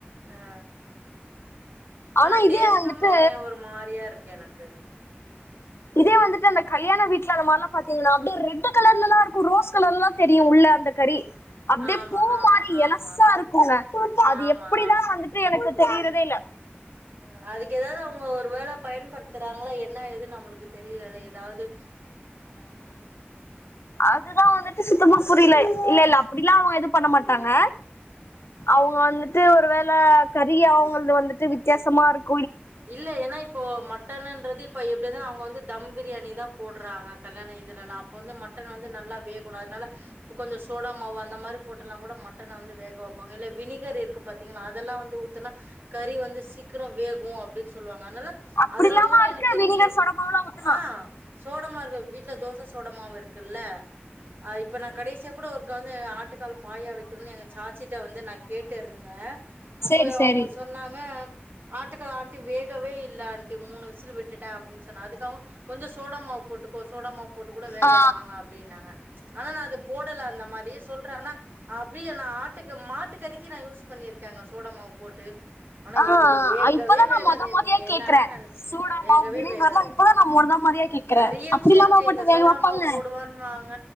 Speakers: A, on the right (about 50°); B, on the left (about 80°).
A: ஆஹ்
B: ஆனா
A: ஆஹ்
B: இதே
A: டேஸ்ட்டுமே
B: வந்துட்டு
A: ஒரு மாரியாருக்கு எனக்கு
B: இதே வந்துட்டு அந்த கல்யாண வீட்ல அந்த மாரிலா பாத்தீங்னா அப்டியே ரெட்டு கலர்லலாருக்கும் ரோஸ் கலர்லா தெரியும் உள்ள அந்த கறி அப்டியே
A: ஆமா
B: பூ
A: ஆமா
B: மாரி
A: ஆமா
B: எளசா இருக்குங்க அது
A: ஆமா
B: எப்டிதா வந்துட்டு எனக்கு தெரிறதே இல்ல
A: அ அதுக்கு எதாவ்து அவங்க ஒரு வேள பயன்படு த்றாங்ளா என்ன ஏதுன் நம்ளுக்கு தெரிலல்ல எ தாவ்து
B: அதுதா வந்துட்டு சுத்தமா புரில இல்ல இல்ல அப்டிலா அவங்க எது பண்ண மாட்டாங்க அவங்க வந்துட்டு ஒருவேள கறி அவங்ள்து வந்துட்டு வித்தியாசமாருக்
A: இல்ல ஏனா இப்போ மட்டனுன்றது இப்ப எப்டி இருந்தாலு அவங்க வந்து தம் பிரியாணி தா போ ட்றாங்க கல்யாண இதுலல்லா அப் ப வந்து மட்டன் வந்து நல்லா வேகணு அதுனால அப்ப கொஞ்ச சோடா மாவு அந் த மாரி போட்டெல்லா கூட மட் டன வந்து வேக வெப்பாங்க இல்ல வினிகர் இருக் க்கு பாத்தீங்கன்னா அதெல்லா வந்து ஊத்துனா கறி வந்து சீக்கரோ வே கு அப்டின் சொல்வாங்க அதுனால
B: அப்படில்லாம
A: அதெல்லா கூட
B: இருக்கு
A: எனக்கு தெரிஞ்சு
B: வினிகர் சோடா மாவுலா ஊத்துனா
A: ஆஹ் சோட மா இருக்கு வீட்ல தோச சோடா மாவு இருக்குல்ல அது இப்ப நா கடைசியா கூட ஒருக்கா வந்து ஆட்டுக்கால் பாயா வெக்கணுனு எங்க சாச்சிட்ட வந்து நா கேட்டுருந்தே அப்போ
B: சேரி சேரி
A: அவங்க சொன்னாங்க ஆட் டுக்கா ஆண்டி வேகவே இல்ல ஆண்டி மூணு விசில் விட்டுட்டே அப்டின் சொன்னே அதுக்கு அவுங் கொஞ்ச சோடா மாவு போட்டுக்கோ சோட மாவு போட்டு கூட வேக
B: ஆ
A: வெப்பாங்க அப்டின்னாங்க ஆனா நா அது போடல அந்த மாதி சொல்றே ஆனா அப்டியே நா ஆட்டுக்கு மாட்டு கறிக்கு நா யூஸ் பண்ணிருக் கேங்க சோட மாவு போட்டு ஆனா
B: ஆ
A: எங்கள்து வேக்
B: இப்பதா
A: கவே
B: நா
A: வேகாது
B: மொத மொதயா
A: நீங்க என்னென்ன
B: கேக்குற
A: நெனச்சுக்குங்க.
B: சோடா
A: வேகவே
B: மாவு வினிகர்லா
A: வேகாது
B: இப்பதா நா மொத மொதயா கேக்குற
A: நெறைய
B: அப்படில்லாமா
A: விஷியோ இருக்கு
B: போட்டு
A: இந்த சோடமாவு
B: வேக வப்பாங்க
A: போடுவன்வாங்க